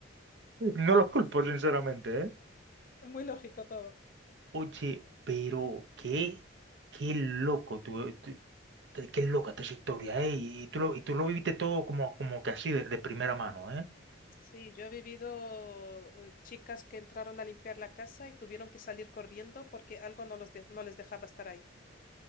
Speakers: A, on the right; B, on the left.
A: no los culpo,
B: Pues
A: sinceramente,
B: sí,
A: ¿eh?
B: es muy lógico todo.
A: Oye, pero qué, qué loco tú. Te- Qué loca esta historia, ¿eh? Y tú lo, y tú lo viviste todo como, como que así de, de primera mano, ¿eh?
B: Sí, yo he vivido eh, chicas que entraron a limpiar la casa y tuvieron que salir corriendo porque algo no, los de- no les dejaba estar ahí.